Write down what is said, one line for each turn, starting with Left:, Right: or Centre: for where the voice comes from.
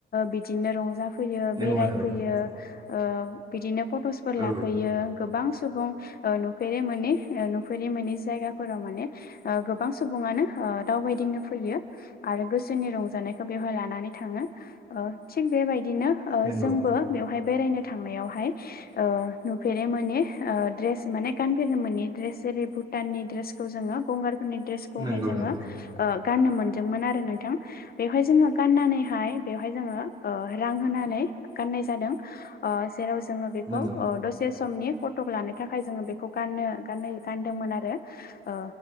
Left: बिदिनो रंजा फैयो
Right: नंगौ
Left: बेरायफैयो
Right: औ
Left: ओ बिदिनो फट'सफोर
Right: औ नंगौ औ
Left: लाफैयो गोबां सुबुं ओ नुफेरनो मोनि नुफेरनो मोनै जायगाफोराव माने गोबां सुबुङानो दावबायदिंनो फैयो आरो गोसोनि रंजा नायखो बेवहाय लानानै थाङो। ओ थिग बे बादिनो
Right: नंगौ
Left: जोंबो
Right: औ
Left: बेवहाय बेरायनो थांनायावहाय ओ नुफेरनो मोनि माने गानफेरनो मोनि द्रेस जेरै भुटाननि द्रेसखौ जोङो गंगार भुटाननि द्रेसखौहाय
Right: नंगौ
Left: जोङो
Right: नंगौ नंगौ औ
Left: ओ गाननो मोनदोंमोन आरो नोंथां। बेहाय जोङो गाननानै बेहाय जोङो ओ रां होनानै गाननाय जादों ओ जेराव जोङो बेखौ
Right: नंगौ
Left: ओ दसे समनि फटक लानो थाखाय जोङो बेखौ गाननो गानो गानदोंमोन आरो ओ